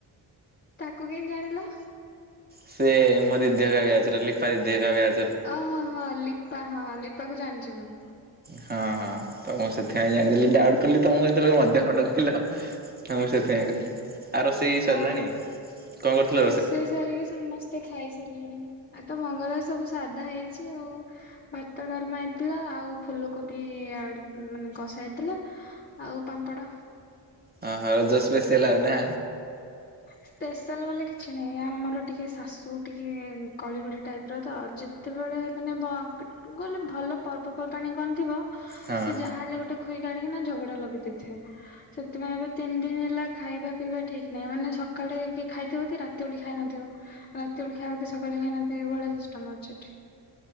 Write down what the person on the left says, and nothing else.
ତାକୁ କେମିତି ଜାଣିଲ।
ଓହୋ ହୋ ଲିପା ହଁ ଲିପା କୁ ଜାଣିଛି ମୁଁ।
ଓହୋ
ରୋଷେଇ ସାରିକି ସମସ୍ତେ ଖାଇସାରିଲେଣି ଆ ତ ମଙ୍ଗଳବାର ସବୁ ସାଧା ହେଇଛି ଆଉ। ଭାତ, ଡାଲମା ହେଇଥିଲା ଆଉ ଫୁଲ କୋବି ଆଳୁ ମାନେ କଷା ହେଇଥିଲା। ଆଉ ପାମ୍ପଡ଼।
ସ୍ପେଶାଲ ବଲେ କିଛି ନାହିଁ ଆମର ଟିକେ ଶାଶୁ ଟିକେ କଳିିହୁଡି ଟାଇପି ର ତ। ସେତେବେଳେ ମାନେ ଭ ଗଲେ ଭଲ ପର୍ବପର୍ବାଣି କଣଥିବ।
ସେ ଯାହା ହେଲେ ଗୋଟେ ଖୋଇ କି ଆଣିକି ନା ଝଗଡା ଲଗେଇ ଦେଇଥିବେ ସେଥିପାଇଁ ଏବେ ତିନି ଦିନି ହେଲା। ଖାଇବା, ପିଇବା ଠିକ ନାହିଁ ମାନେ ସକାଳେ କିଏ ଖାଇଥିବ କି ରାତିବେଳେ ଖାଇ ନଥିବ। ରାତି ବେଳେ ଖାଇବା ସକାଳେ ଖାଇନଥିବେ ଏଇଭଳିଆ ସିଷ୍ଟମ ଅଛି ଏଠି।